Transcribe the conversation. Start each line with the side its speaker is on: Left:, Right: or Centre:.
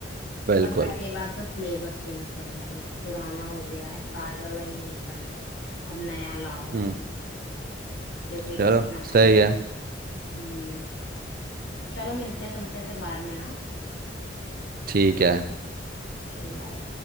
Right: बिल्कुल
Left: और पहली बात तो सिलेबस चेंज करो भाई पुराना हो गया है बार बार वही नहीं पढ़ना है अब नया लाओ
Right: हम्म
Left: क्योंकि
Right: चलो
Left: इतना टाइम
Right: सही
Left: हो
Right: है
Left: गया हम्म चलो मिलते हैं तुमसे फिर बाद में हाँ
Right: ठीक है
Left: चलो बाय